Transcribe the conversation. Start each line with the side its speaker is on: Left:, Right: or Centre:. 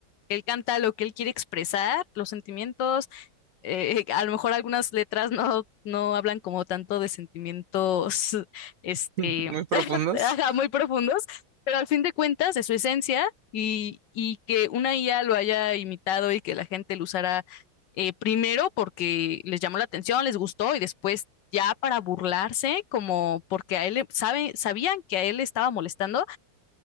Left: que él canta, lo que él quiere expresar, los sentimientos eh, a lo mejor algunas letras no, no hablan como tanto de sentimientos, <laughs> este,
Right: <laughs> Muy profundos.
Left: <laughs> ajá, muy profundos, pero al fin de cuentas es su esencia y, y que una IA lo haya imitado y que la gente lo usara eh, primero porque les llamó la atención, les gustó y después ya para burlarse, como porque a él le- sabe, sabían que a él le estaba molestando